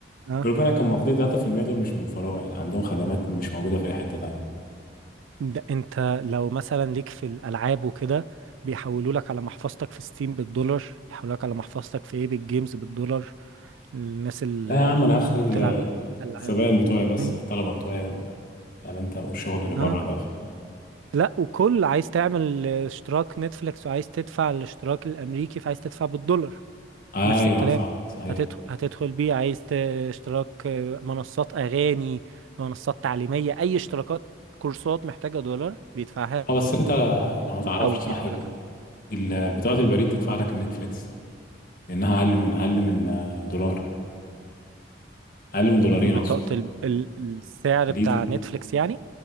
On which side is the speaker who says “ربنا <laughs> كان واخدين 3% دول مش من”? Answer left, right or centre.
Left